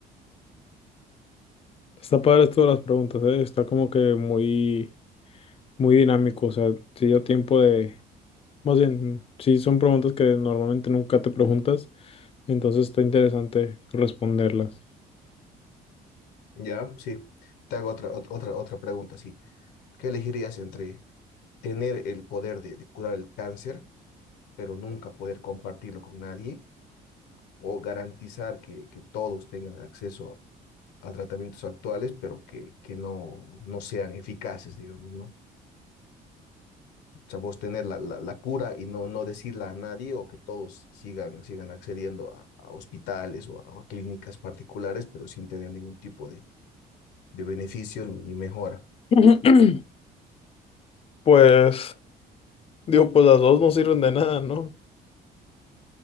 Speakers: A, on the left; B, on the left.
A: Está padre esto de las preguntas, ¿eh? Está como que muy, muy dinámico, o sea, te dio tiempo de Más bien, sí, son preguntas que normalmente nunca te preguntas, entonces está interesante responderlas.
B: Ya, sí. Te hago otra, ot- otra, otra pregunta, sí. ¿Qué elegirías entre tener el poder de, de curar el cáncer, pero nunca poder compartirlo con nadie, o garantizar que, que todos tengan acceso a tratamientos actuales, pero que, que no, no sean eficaces, digamos, ¿no? O sea, vos tener la, la, la cura y no, no decirla a nadie o que todos sigan, sigan accediendo a, a hospitales o a, a clínicas particulares, pero sin tener ningún tipo de, de beneficio ni mejora,
A: <clears throat> Pues, digo, pues las dos no sirven de nada, ¿no?